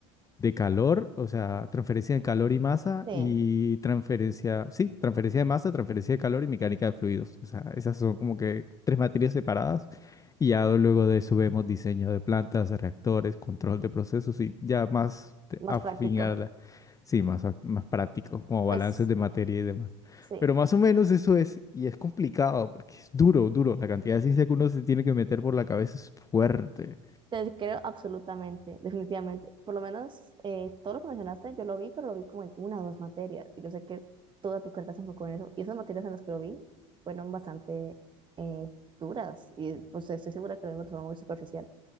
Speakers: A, on the left (about 20°); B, on the right (about 30°).
A: de calor, o sea, transferencia de calor y masa
B: sí,
A: y transferencia, sí, transferencia de masa, transferencia de calor y mecánica de fluidos. O sea, esas son como que tres materias separadas y ya luego de eso vemos diseño de plantas, reactores, control de procesos y ya más te-
B: más
A: afín
B: práctico.
A: a la- sí, más, a- más práctico, como balances
B: Pues
A: de materia y demás.
B: sí,
A: Pero más o menos eso es, y es complicado porque es duro, duro. La cantidad de ciencia que uno se tiene que meter por la cabeza es fuerte.
B: Te creo absolutamente, definitivamente. Por lo menos eh, todo lo que mencionaste, yo lo vi, pero lo vi como en una o dos materias. Y yo sé que toda tu carga se enfocó en eso. Y esas materias en las que lo vi fueron bastante eh, duras. Y pues estoy segura que lo mismo te fue muy superficial.